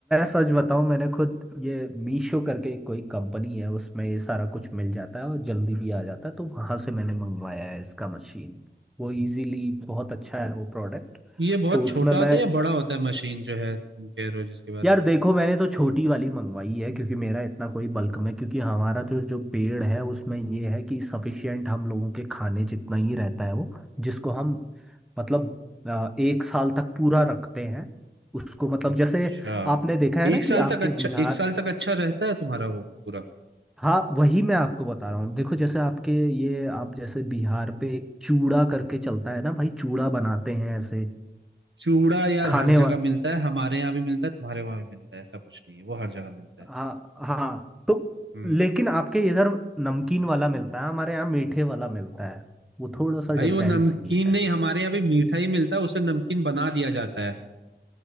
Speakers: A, in the centre; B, on the right.
A: सच बताऊं मैंने खुद ये मीशो करके कोई कंपनी है उसमें ये सारा कुछ मिल जाता है और जल्दी भी आ जाता है तो वहां से मैंने मंगवाया है इसका मशीन वो इजीली बहुत अच्छा है वो प्रोडक्ट
B: ये बहुत
A: तो उसमें
B: छोटा
A: मैं
B: होता है या बड़ा होता है मशीन जो है तुम कह रहे हो जिसके बारे
A: यार
B: में
A: देखो मैंने तो छोटी वाली मंगवाई है क्योंकि मेरा इतना कोई बल्क में क्योंकि हमारा जो जो पेड़ है उसमें ये है कि सफिशियंट हम लोगों के खाने जितना ही रहता है वो जिसको हम मतलब अ, एक साल तक पूरा रखते हैं उसको मतलब
B: अच्छा
A: जैसे आपने देखा है ना
B: एक साल
A: कि आपके
B: तक अच्छा
A: बिहार
B: एक साल तक अच्छा रहता है तुम्हारा वो पूरा
A: हाँ वही मैं आपको बता रहा हूँ देखो जैसे आपके ये आप जैसे बिहार पे एक चूड़ा करके चलता है ना भाई चूड़ा बनाते हैं ऐसे
B: चूड़ा यार
A: खाने
B: हर जगह
A: वा
B: मिलता है हमारे यहाँ भी मिलता है तुम्हारे वहां भी मिलता है ऐसा कुछ नहीं है वो हर जगह मिलता है
A: हाँ हाँ तो
B: हम्म
A: लेकिन आपके इधर नमकीन वाला मिलता है हमारे यहाँ मीठे वाला मिलता है वो थोड़ा सा
B: भाई
A: डिफरेंस
B: वो नमकीन
A: ये है
B: नहीं हमारे यहाँ भी मीठा ही मिलता है उसे नमकीन बना दिया जाता है